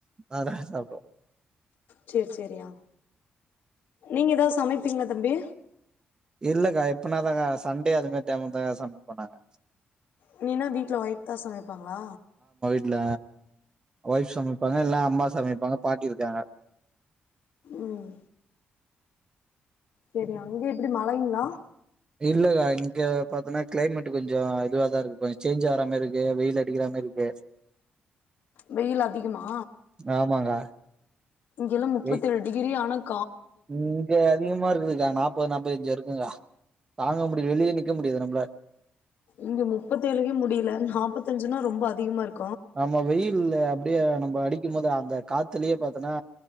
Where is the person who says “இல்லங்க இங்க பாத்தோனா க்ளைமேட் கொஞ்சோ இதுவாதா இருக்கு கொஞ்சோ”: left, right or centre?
Right